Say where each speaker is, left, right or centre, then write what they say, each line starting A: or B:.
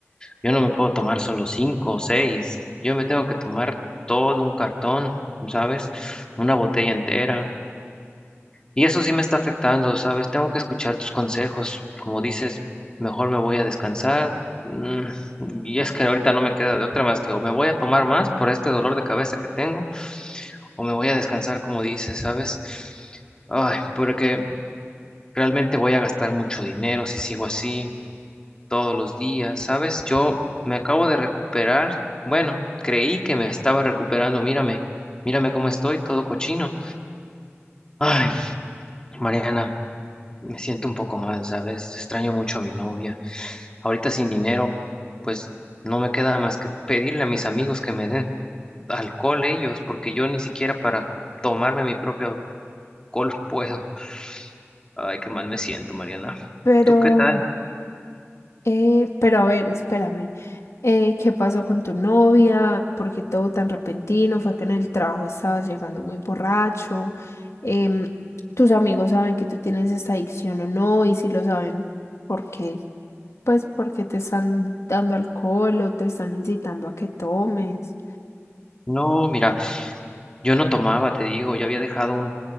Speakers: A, on the left (about 20°); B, on the left (about 80°).
A: yo no me puedo tomar solo cinco o seis. Yo me tengo que tomar todo un cartón, ¿sabes? Una botella entera. Y eso sí me está afectando, ¿sabes? Tengo que escuchar tus consejos. Como dices, mejor me voy a descansar. Mm, Y es que ahorita no me queda de otra más que o me voy a tomar más por este dolor de cabeza que tengo, o me voy a descansar, como dices, ¿sabes? Ay, porque realmente voy a gastar mucho dinero si sigo así todos los días, ¿sabes? Yo me acabo de recuperar. Bueno, creí que me estaba recuperando. Mírame, mírame cómo estoy, todo cochino. Ay, Mariana. me siento un poco mal, ¿sabes? Extraño mucho a mi novia. Ahorita sin dinero, pues no me queda más que pedirle a mis amigos que me den alcohol ellos, porque yo ni siquiera para tomarme mi propio alcohol <laughs> puedo. Ay, qué mal me siento, Mariana.
B: pero,
A: ¿Tú qué tal?
B: eh, pero a ver, espérame. Eh, ¿qué pasó con tu novia? ¿Por qué todo tan repentino? ¿Fue que en el trabajo estabas llegando muy borracho? Em, ¿tus amigos saben que tú tienes esta adicción o no? Y si lo saben, ¿por qué? Pues porque te están dando alcohol o te están incitando a que tomes.
A: No, mira, yo no tomaba, te digo, ya había dejado un